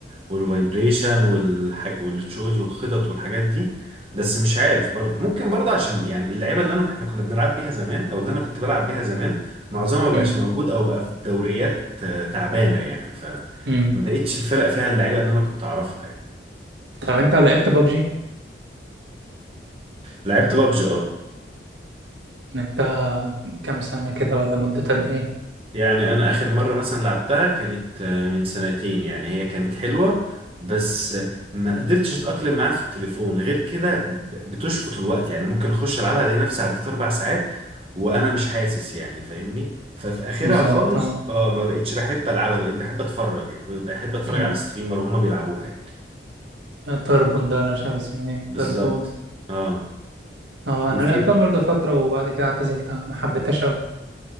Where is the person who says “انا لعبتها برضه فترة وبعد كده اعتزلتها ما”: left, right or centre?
Right